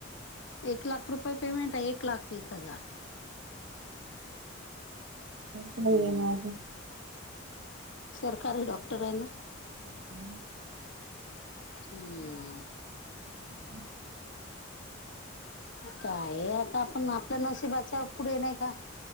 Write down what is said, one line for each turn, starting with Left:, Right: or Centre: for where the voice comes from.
Left: एक लाख रुपये पेमेंट आहे एक लाख वीस हजार
Right: सकार
Left: हम्म
Right: नागू
Left: सरकारी डॉक्टर आहे ना
Right: हम्म
Left: हम्म
Right: हो हो
Left: काय आता आपण आपल्या नवशी बचा पुढे नाही का